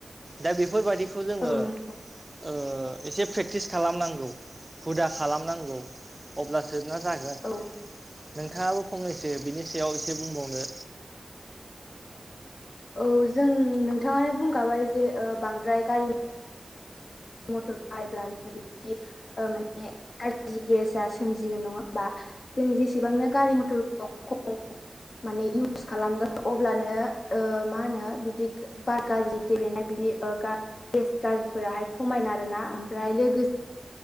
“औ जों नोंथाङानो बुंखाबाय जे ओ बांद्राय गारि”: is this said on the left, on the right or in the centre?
Left